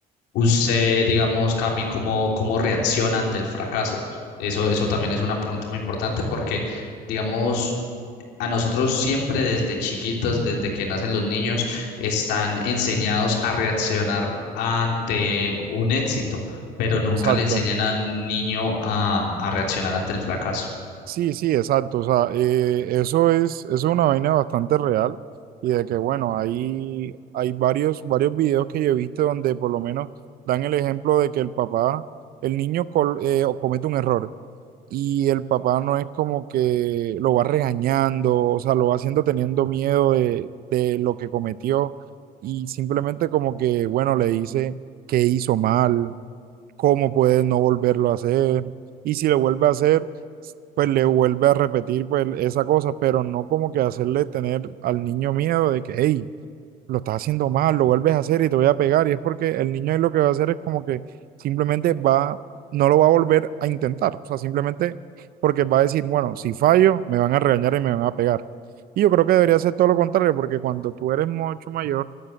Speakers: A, on the left; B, on the right.
A: usted, digamos, Cami, cómo, cómo reacciona ante el fracaso. Eso, eso también es una pregunta muy importante porque, digamos, a nosotros siempre desde chiquitos, desde que nacen los niños, están enseñados a reaccionar ante un éxito, pero nunca
B: exacto.
A: le enseñan a un niño a, a reaccionar ante el fracaso.
B: Sí, sí, exacto. O sea, eh, eso es, eso es una vaina bastante real y de que, bueno, hay, hay varios, varios videos que yo he visto donde por lo menos dan el ejemplo de que el papá, el niño col- eh, o comete un error y el papá no es como que lo va regañando, o sea, lo va haciendo teniendo miedo de, de lo que cometió y simplemente como que, bueno, le dice que hizo mal cómo puede no volverlo a hacer. Y si lo vuelve a hacer, pues le vuelve a repetir pues esa cosa, pero no como que hacerle tener al niño miedo de que, hey, lo estás haciendo mal, lo vuelves a hacer y te voy a pegar. Y es porque el niño ahí lo que va a hacer es como que simplemente va, no lo va a volver a intentar. O sea, simplemente porque va a decir, bueno, si fallo, me van a regañar y me van a pegar. Y yo creo que debería ser todo lo contrario, porque cuando tú eres mucho mayor,